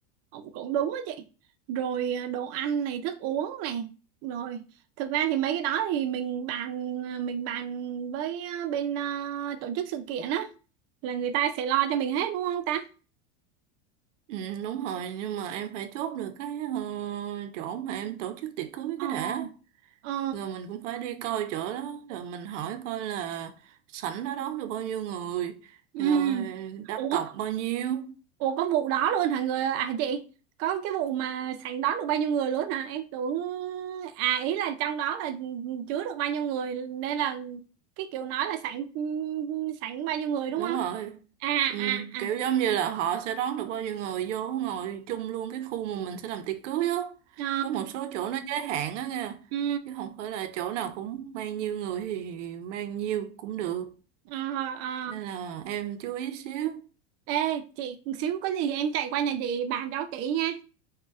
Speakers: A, on the right; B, on the right.
A: cũng cũng đúng á chị rồi à, đồ ăn này thức uống này rồi thực ra thì mấy cái đó thì mình bàn à, mình bàn với à, bên à, tổ chức sự kiện á là người ta sẽ lo cho mình hết đúng không ta
B: ừ, đúng rồi nhưng mà em phải chốt được cái ờ, chỗ mà em tổ chức tiệc cưới
A: ờ
B: cái đã
A: ờ
B: rồi mình cũng phải đi coi chỗ đó rồi mình hỏi coi là sảnh đó đón được bao nhiêu người
A: ừ
B: rồi đặt
A: ủa
B: cọc bao nhiêu
A: Ủa có vụ đó luôn hả người à chị có cái vụ mà sảnh đón được bao nhiêu người luôn hả em tưởng à ý là trong đó là chứa được bao nhiêu người nên là cái kiểu nói là sảnh sảnh bao nhiêu người đúng
B: đúng
A: không
B: rồi
A: à
B: ừ,
A: à à
B: kiểu giống như là họ sẽ đón được bao nhiêu người vô ngồi chung luôn cái khu mà mình sẽ làm tiệc cưới á
A: Ờ,
B: có một số chỗ nó giới hạn á nha
A: ừ
B: chứ không phải là chỗ nào cũng mang nhiêu người thì mang nhiêu cũng được
A: ờ ờ
B: nên là em chú ý xíu
A: ê chị xíu có gì em chạy qua nhà chị bàn cho kỹ nha